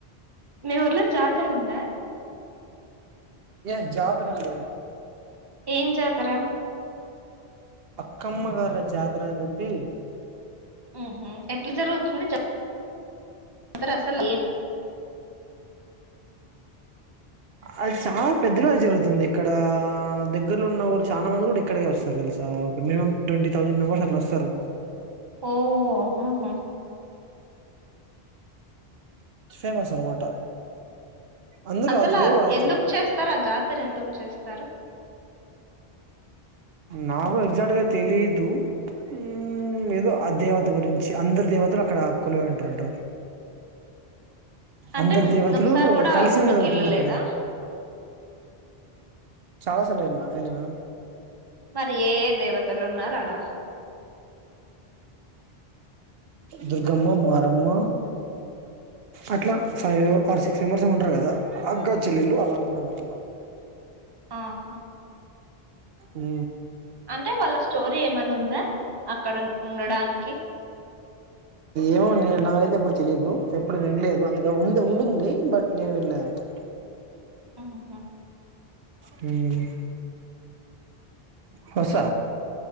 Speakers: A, on the right (about 25°); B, on the right (about 70°).
A: మీ ఊర్లో జాతర ఉందా
B: ఏ జాతర ఉంది
A: ఏం జాతర
B: అక్కమ్మ గార్ల జాతర అని చెప్పి
A: ఉహు ఎట్లా జరుగుతుంది చెప్ తర అసలు
B: అది చాలా పెద్దగా జరుగుతుంది ఇక్కడా దగ్గర్లో ఉన్న కూడా చానా మంది కూడ ఇక్కడికే వస్తారు తెలుస ఒక మినిమమ్ ట్వంటీ తౌసండు మెంబర్స్ అలా వస్తారు
A: ఓ ఉహు
B: ఫేమస్ అనమాట అందరు
A: అసలు
B: రావచ్చు మీరు రావచ్చు
A: ఎందుకు చేస్తారు ఆ జాతర ఎందుకు చేస్తారు
B: నాకు ఎగ్జాక్ట్ గా తెలీదు ఉ ఏదో ఆ దేవత గురించి అందరు దేవతలు అక్కడ కొలివయి ఉంటారంట
A: అంటే
B: అందరు
A: మ్,
B: దేవతలు
A: ఒకసారి కూడా
B: కలిసి
A: ఆ గుడికి
B: ఉన్నది ఒకటింది
A: వెళ్ళలేదా
B: అక్కడ చాలా సార్లు వెళ్లిన వెళ్లిన
A: మరి ఏ ఏ దేవతలు ఉన్నారు ఆడ
B: దుర్గమ్మ మారమ్మ అట్లా ఫైవ్ ఆర్ సిక్స్ మెంబర్స్ ఏమో ఉంటారు కదా అక్క చెల్లెల్లు అలా ఉన్నారు ఆడ
A: ఆహా
B: ఉ
A: అంటే వాళ్ళ స్టోరీ ఏమైనా ఉందా అక్కడ ఉ ఉండడానికి
B: ఏమో నేను నాకైతే ఎప్పుడు తెలీదు ఎప్పుడు వినలేదు ఉంది ఉండుండి బట్ నేను విన్లేదు అంతే
A: ఆహాహా
B: హుమ్మ్ వస